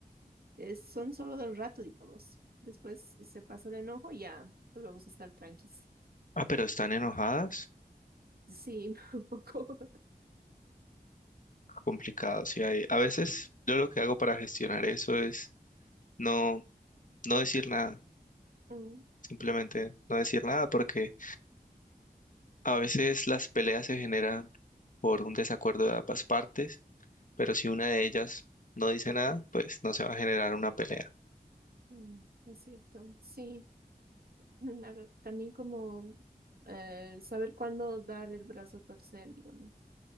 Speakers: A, on the right; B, on the left.
A: es, son solo del rato, digamos. Después se pasa el enojo y ya volvemos a estar tranquilos.
B: Ah, pero están enojadas,
A: Sí, <laughs> un poco.
B: complicado, sí, hay- a veces yo lo que hago para gestionar eso es no, no decir nada,
A: Mm,
B: simplemente no decir nada porque A veces las peleas se generan por un desacuerdo de ambas partes, pero si una de ellas no dice nada, pues no se va a generar una pelea.
A: mm, es cierto. Sí, la verdad, también como eh, saber cuándo dar el brazo a torcer, digamos.